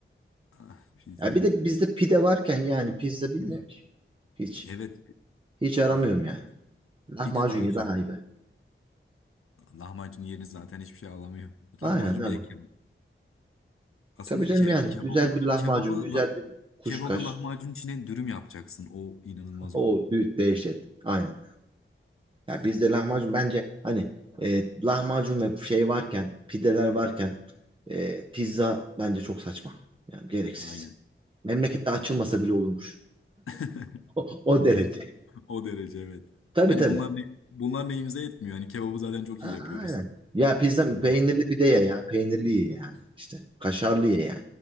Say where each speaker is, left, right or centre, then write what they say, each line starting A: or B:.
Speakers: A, on the left; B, on the right.
A: Ah, Pizzanın.
B: Ya bir de bizde pide varken yani pizza bilmiyor
A: <clears throat>
B: ki. Hiç.
A: Evet
B: Hiç aramıyorum
A: pizza
B: yani. Lahmacun
A: pide daha güzel
B: ya daha
A: ya.
B: iyi be.
A: Lahmacun yerine zaten hiçbir şey alamıyor.
B: Aynen
A: Lahmacun
B: öyle.
A: bir de kebap. Aslında
B: Tabii
A: ke-
B: canım yani.
A: kebabı
B: Güzel bir lahmacun,
A: kebabı
B: güzel
A: la
B: bir kuşkaş.
A: kebabı lahmacun içine dürüm yapacaksın. O inanılmaz
B: O
A: oluyor.
B: dehşet. Aynen. Ya bizde lahmacun bence hani e, lahmacun ve şey varken, pideler varken e, pizza bence çok saçma. Yani gereksiz.
A: Aynen.
B: Memlekette açılmasa bile olurmuş.
A: <laughs>
B: O, o derece.
A: O derece evet.
B: Tabii
A: Hani
B: tabii.
A: bunlar ne- bunlar neyimize etmiyor. Hani kebabı zaten çok
B: A-
A: iyi yapıyoruz.
B: aynen. Ya pizza
A: Lahmacun
B: peynirli pide ye ya. Peynirli ye yani. İşte kaşarlı ye yani.